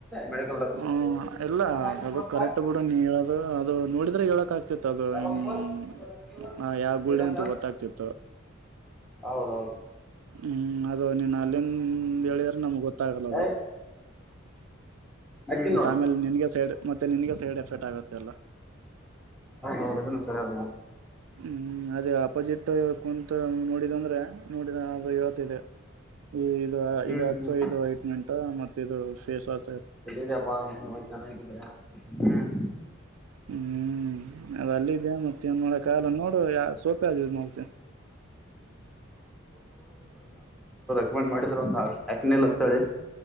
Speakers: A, in the centre; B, on the right.
A: ಮೆಡಿಕಲ್
B: ಹ ಎಲ್ಲ
A: ಡಬಲ್ ನೈನ್
B: ಅದು
A: ಫೋರ್
B: ಕರೆಕ್ಟ್
A: ಫೈವ್
B: ಬಿಡ ನೀ ಹೇಳದು ಅದು ನೋಡಿ ಹೇಳಕ್ ಆಗ್ತಿತ್ತು ಅದು
A: ಡಬಲ್
B: ಹಂ
A: ಫೋರ್ ಜೀರೋ ಜೀರೋ
B: ಹಂ ಯಾವ ಗುಳ್ಳೆ
A: ಜೀರೋ
B: ಅಂತ ಗೊತ್ತಾಗ್ತಿತ್ತು.
A: ಅವರು
B: ಹ್ಮ್ ಅದು ನೀನ್ ಅಲ್ಲಿಂದ ಹೇಳಿದ್ರೆ ನಮ್ಗ್ ಗೊತ್ತಾಗಲ್ಲ ಅದು,
A: ಏ ಹಚ್ಚಿನ್
B: ಮತ್ತ
A: ನೋಡು
B: ಆಮೇಲೆ ನಿನ್ಗೆ ಸೈಡ್ ಮತ್ತೆ ನಿನಗೆ ಸೈಡ್ ಎಫೆಕ್ಟ್ ಆಗತ್ತೆ ಎಲ್ಲ.
A: ಹೌದೌದು ಇದನ್ನು ಸರಿ ಅದ
B: ಹ್ಮ್ ಅದೇ ಆಪೋಜಿಟ್ ಕುಂತ ನೋಡಿದಂದ್ರೆ ನೋಡಿದ ಅದು ಇವತ್ತ ಇದೆ, ಈ ಇದು
A: ಹ್ಮ್
B: ಇದು ಹಚ್ಚು
A: ಹ್ಮ್
B: ಇದು ಐಟ್ ಮೆಂಟ್ ಮತ್ ಫೇಸ್ ವಾಸ್
A: ಎಲ್ಲಿದಪ್ಪಾ ನೀನು ಚೆನ್ನಾಗಿದ್ಯಾ ಹ್ಮ್
B: ಹ್ಮ್ ಅದ ಅಲ್ಲಿದೆ ಮತ್ತ ಏನ್ ಮಾಡೋಕಾಗಲ್ಲ ನೋಡು ಯ ಸೋಪ್ ಯಾವ್ದ್ ಯೂಸ್ ಮಾಡ್ತಿ.
A: ಅಪಾಯಿಂಟ್ ಮಾಡಿದ್ರು ಒಂದ ಯಾಕ್ನಿಲ್ ಅಂತೇಳಿ.